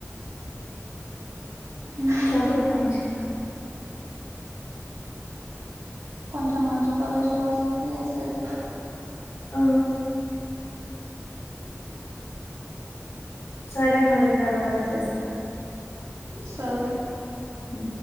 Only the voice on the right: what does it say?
హ్మ్
కొంచెం మంచి కాలేజీలో వస్తే సెట్
సరే